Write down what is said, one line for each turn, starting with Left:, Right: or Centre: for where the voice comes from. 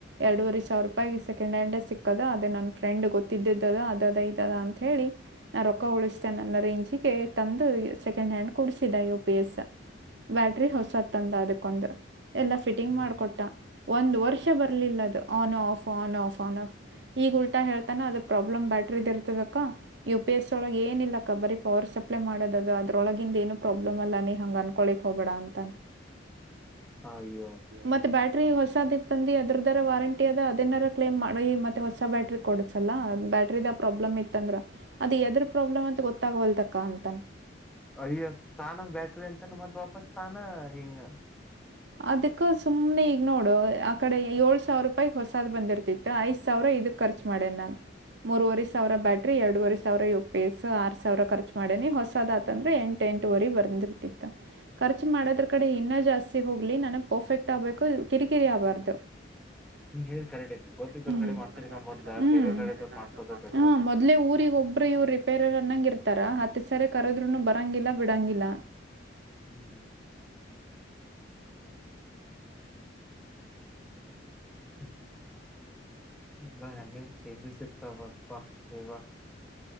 Right: ಎರಡೂವ ಸಾವಿರ ರೂಪಾಯಗ ಸೆಕೆಂಡ್ ಹ್ಯಾಂಡ್ ಸಿಕ್ಕದ ಅದೇ ನನ್ ಫ್ರೆಂಡ್ ಗೊತ್ತಿದ್ದಿದ್ದದ ಅದ ಇದ ಅದ ಅಂತ ಹೇಳಿ ನಾ ರೊಕ್ಕ ಉಳಸಿ. ರೇಂಜಗೆ ತಂದು ಸೆಕೆಂಡ್ ಹ್ಯಾಂಡ್ ಕುಡ್ಸಿದ ಯು ಪಿ ಎಸ್ ಬ್ಯಾಟ್ರಿ ಹೊಸದ್ ತಂದ ಅದಕ್ಕೊಂದು. ಎಲ್ಲ ಫಿಟಿಂಗ್
Centre: ಹ್ಮ್
Right: ಮಾಡ್ಕೊಟ್ಟ. ಒಂದ್ ವರ್ಷ ಬರ್ಲಿಲ್ಲ ಅದ on off on off on off ಈಗ ಉಲ್ಟಾ ಹೇಳ್ತಾನ ಅದ ಪ್ರಾಬ್ಲಮ್ ಬ್ಯಾಟರಿದ ಇರ್ತದಕ್ಕ ಯು ಪಿ ಎಸ್ ಒಳಗೆ ಏನಿಲ್ಲ ಕ್ಕ ಬಾರಿ ಪವರ್ ಸಪ್ಲೈ ಮಾಡೋದದು ಅದ್ರೊಳಗಿಂದ ಏನು ಪ್ರಾಬ್ಲಮ್ ಅಲ್ಲ ನೀ ಹಂಗ ಅನ್ಕೊಳಕ್ ಹೋಗಬೇಡ ಅಂತ.
Centre: ಅಯ್ಯೋ
Right: ಮತ್ತೆ ಬ ಬ್ಯಾಟ್ರಿ ಹೊಸದ್ ಇತ್ತ ಅಂದ ಅದ್ರದರ ವಾರಂಟಿ ಅದ ಅದಾರ ಕ್ಲೇಮ್ ಮಾಡ ಮತ್ತೆ ಹೊಸ ಬ್ಯಾಟ್ರಿ ಕೊಡಸಲ್ಲ ಬ್ಯಾಟ್ರಿದ ಪ್ರಾಬ್ಲಮ್ ಇತ್ತ ಅಂದ್ರ ಅದು ಎದ್ರ ಪ್ರಾಬ್ಲಮ್. ಗೊತ್ತಾಗವಲ್ತ ತಕ್ಕಾ ಅಂತಾನ.
Centre: ಅಯ್ಯ ತಾನ ಬ್ಯಾಟ್ರಿ ಅಂತನೆ ಮತ್ ವಾಪಸ್ ತಾನ ಹಿಂಗ.
Right: ಅದಕ್ಕ ಸುಮ್ನೆ ಈಗ ನೋಡು ಆ ಕಡೆ ಏಳ್ ಸಾವಿರ ರೂಪಾಯ ಹೊಸಾದ್ ಬಂದಿರ್ತಿತ್ತು ಐದ್ ಸಾವಿರ ಇದಕ್ ಖರ್ಚು ಮಾಡೇನ್ ನಾನ್ ಮೂರವರೆ ಸಾವಿರ ಬ್ಯಾಟ್ರಿ ಎರಡೂವರೆ ಸಾವಿರ ಯು ಪಿ ಎಸ್. ಆರ್ ಸಾವಿರ ಖರ್ಚು ಮಾಡೇನೀ ಹೊಸದ ಆತಂದ್ರ ಎಂಟ ಎಂಟುವರಿಗೆ ಬಂದಿರ್ತಿತ್ತ. ಖರ್ಚು ಮಾಡೋದ್ರ
Centre: ಈಗ
Right: ಕಡೆ ಇನ್ನ ಜಾಸ್ತಿ ಹೋಗ್ಲಿ ನನಗ ಪರ್ಫೆಕ್ಟ್ ಆಗ್ಬೇಕು ಕಿರಿಕಿರಿ ಆಗ್ಬಾರ್ದ.
Centre: ನೀ ಹೇಳಿ ಕರೆಕ್ಟ್ ಐತಿ ಗೊತ್ತಿದ್ದವ್ರ
Right: ಹುಮ್ಮ್
Centre: ಕಡೆ ಮಾಡ್ಸೋಕಿನ ಮೊದ್ಲ
Right: ಹ್ಮ್
Centre: ಬೇರೆ ಕಡೆದವ್ರು ಮಾಡ್ಸೋದ ಬೆಟರ್
Right: ಹ
Centre: ಅದ
Right: ಮೊದ್ಲೆೇ ಊರಿಗ ಒಬ್ರು ಇವ್ರ. ಅನ್ನಂಗ ಇರ್ತಾರ ಹತ್ತು ಸರಿ ಕರಾದೋರು ಬರಂಗಿಲ್ಲ ಬಿಡಂಗಿಲ್ಲ.
Centre: ಹ್ಮ್. ಹೂ. ಎಲ್ಲ ಹೆಂಗೆಂಗ ಚೇಂಜಸ್ ಇರ್ತಾವಪ್ಪ ದೇವಾ.